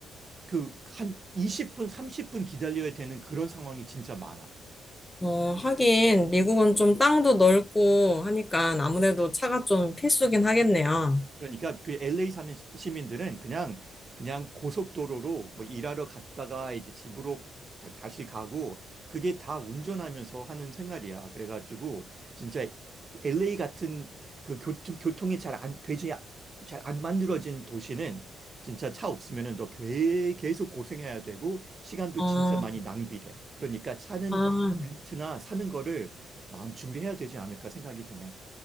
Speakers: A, on the right (about 35°); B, on the left (about 15°).
A: 그 한 20분, 30분 기다려야 되는 그런 상황이 진짜 많아.
B: 어, 하긴, 미국은 좀 땅도 넓고 하니까 아무래도 차가 좀 필수긴 하겠네요.
A: 그러니까 그 LA 사는 시- 시민들은 그냥 그냥 고속도로로 뭐 일하러 갔다가 이제 집으로 다, 다시 가고 그게 다 운전하면서 하는 생활이야. 그래가지고 진짜 LA 같은 그 교통 교통이 잘 안 되지 잘 안 만들어진 도시는 진짜 차 없으면은 너 계- 계속 고생해야 되고 시간도
B: 어,
A: 진짜 많이 낭비돼. 그러니까 차는
B: 아,
A: 렌트나 사는 거를 마음 준비해야 되지 않을까 생각이 드네.